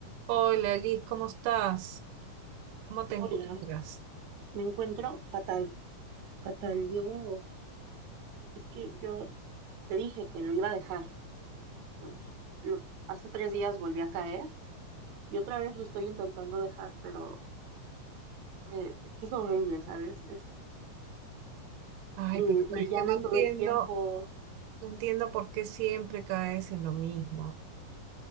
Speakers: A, on the right; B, on the right.
A: Hola Liz, ¿cómo estás? ¿Cómo te encuentras?
B: Hola, me encuentro fatal, fatal. Yo, es que yo te dije que lo iba a dejar. ¿no? Lo- hace tres días volví a caer y otra vez lo estoy intentando dejar, pero eh, es que es horrible, ¿sabes? Es,
A: Ay,
B: eh,
A: pero
B: me
A: pero es
B: llama
A: que no entiendo,
B: todo el tiempo.
A: no entiendo por qué siempre caes en lo mismo.